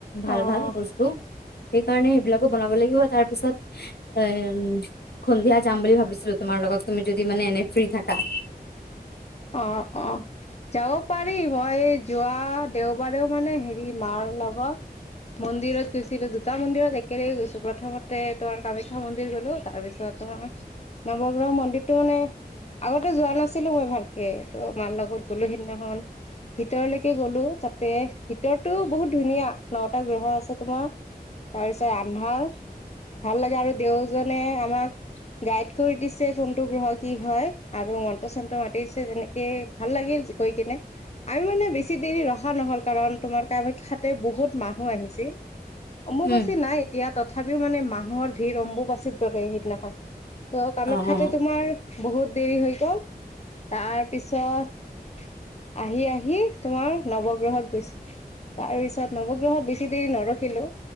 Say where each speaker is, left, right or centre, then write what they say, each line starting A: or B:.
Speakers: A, on the left; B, on the left.
A: ভাল
B: অ
A: ভাল বস্তু সেইকাৰণে সেইবিলাকো বনাব লাগিব তাৰ পিছত এ উম সন্ধিয়া যাম বুলি ভাবিছিলোঁ তোমাৰ লগত তুমি যদি মানে এনে ফ্ৰী থাকা।
B: অ অ। যাব পাৰি, মই যোৱা দেওবাৰেও মানে হেৰি মাৰ লগত মন্দিৰত গৈছিলো। দুটা মন্দিৰত একেলগে গৈছো, প্ৰথমতে তোমাৰ কামাখ্যা মন্দিৰ গলো তাৰপিছত ত নৱগ্ৰহ মন্দিৰটো মানে আগতে যোৱা নাছিলোঁ মই ভালকে ত' মাৰ লগত গ'লো সেইদিনাখন ভিতৰলৈকে গ'লো তাতে, ভিতৰতো বহুত ধুনীয়া। নটা গ্ৰহ আছে তোমাৰ। তাৰপিছত আন্ধাৰ। ভাল লাগে আৰু দেওজনে আমাক গাইড কৰি দিছে কোনটো গ্ৰহ কি হয়। আৰু মন্ত্ৰ-চন্ত মাতিছে যেনেকে ভাল লাগিল গৈ কিনে। আমি মানে বেছি দেৰি ৰহা নহ'ল কাৰণ তোমাৰ কামাখ্যাতে বহুত মানুহ আহিছিল। অম্বুবাচী
A: উম
B: নাই এতিয়া তথাপিওঁ মানে মানুহৰ ভিৰ অম্বুবাচীৰ দৰে সেইদিনাখন। ত কামাখ্যাতে
A: অ অ
B: তোমাৰ বহুত দেৰি হৈ গ'ল, তাৰ পিছত আহি আহি তোমাৰ নৱগ্ৰহত গৈছোঁ। তাৰ পিছত নৱগ্ৰহত বেছি দেৰি নৰখিলোঁ।